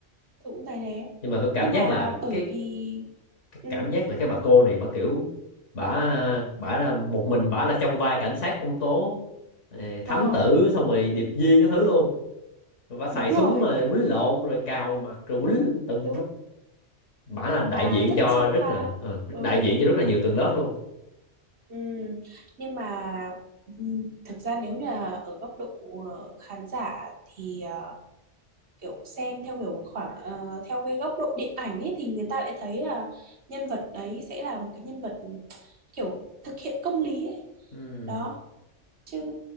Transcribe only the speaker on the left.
nhưng mà tôi cảm
giác
là
cái,
cái
cảm giác là cái bà cô này bà kiểu bả bả là một mình bả là trong vai cảnh sát công tố ờ, thám
tử xong rồi điệp viên cái thứ luôn rồi bả xài
súng mà quýnh lộn rồi cào mặt rồi quýnh tùm lum
hết bả là đại
diện
cho
rất
là ờ,
đại diện cho rất là nhiều tầng lớp luôn
ừ